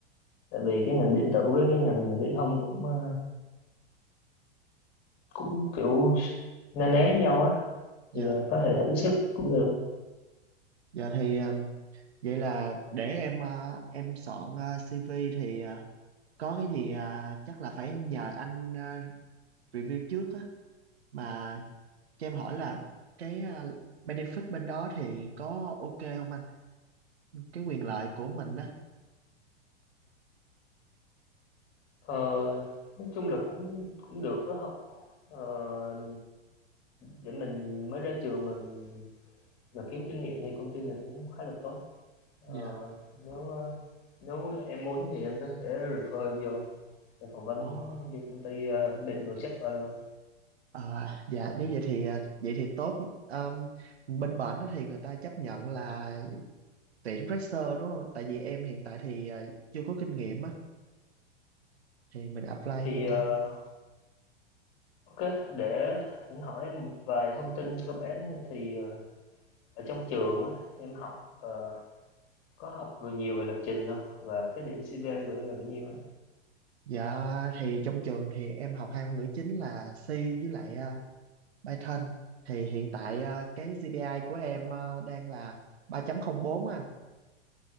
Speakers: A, on the left; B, on the right.
A: tại vì cái ngành điện tử với cái ngành viễn thông cũng ờ, cũng kiểu na ná nhau á
B: Dạ,
A: thì ờ, có thể thử sức cũng được
B: dạ thì um, vậy là để em uh, em soạn uh, CV thì uh, có cái gì uh, chắc là phải nhờ anh uh, review trước á mà cho em hỏi là cái uh, benefit bên đó thì có ok không anh? Cái quyền lợi của mình á.
A: Ờ, nói chung là cũng cũng được đó Hậu ờ, để mình mới ra trường mình mà kiếm kinh nghiệm thì công ty này cũng khá là tốt ờ,
B: Dạ.
A: nếu ờ, nếu em muốn thì em có thể refer em vô để phỏng vấn
B: Ờ.
A: vô công ty ờ, bên project của anh luôn
B: À, dạ nếu vậy thì uh, vậy thì tốt. Um, bên bển đó thì người ta chấp nhận là tuyển fresher đúng không? Tại vì em hiện tại thì uh, chưa có kinh nghiệm á thì mình apply
A: thì
B: vô.
A: ờ, ok để anh hỏi em một vài thông tin cơ bản thì ờ, ở trong trường á, em học ờ, có học vừa nhiều về lập trình không và cái điểm CPA của em là bao nhiêu á
B: Dạ thì trong trường thì em học hai ngôn ngữ chính là C với lại à, Python thì hiện tại à, cái GPI của em à, đang là 3.04 á anh.